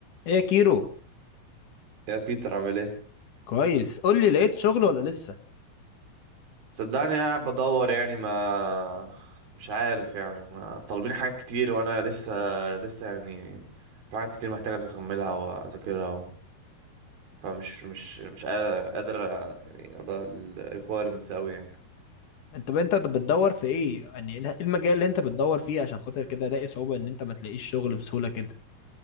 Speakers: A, on the left; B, on the right.
A: ايه يا كيرو
B: يا بيتر عامل ايه
A: كويس قول لي لقيت شغل ولا لسه
B: صدقني قاعد بدور يعني ما مش عارف يعني ما طالبين حاجات كتير وانا لسه لسه يعني في حاجات كتير محتاجة اكملها واذاكرها و... فمش مش مش قا- قادر آه، يعني ابقى ال requirements اوي يعني
A: انت انت بتدور في ايه يعني ايه المجال اللي انت بتدور فيه عشان خاطر كده الاقي صعوبة ان انت ما تلاقيش شغل بسهولة كده